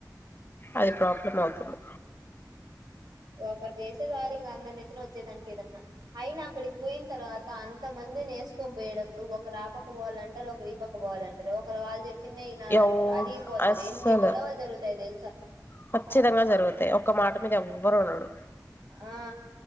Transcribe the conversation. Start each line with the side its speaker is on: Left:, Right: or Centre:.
Left: అది ప్రాబ్లం అవుతుంది
Right: ఒకటి చేసేదాన్ని ఇంగా అందరి నెత్తిన వచ్చేదానికి ఏదన్నా అయినా అక్కడికి పోయిన తర్వాత అంతమంది ఇంది ఎసుకని పోయేప్పుడు ఒకరూ ఆ పక్కా పోవాలా అంటారు ఒకరూ ఈ పక్క పోవాలా అంటారు ఒకరు వాళ్ళు చెప్ప తిందే వినాలంటారు
Left: యవ్
Right: అలిగిపోతారు
Left: అస్సలు
Right: ఎన్ని గొడవలు జరుగుతాయి తె
Left: ఖచ్చితంగా జరుగుతాయి ఒక్క మాట మీద ఎవ్వరు ఉండడు
Right: ఆ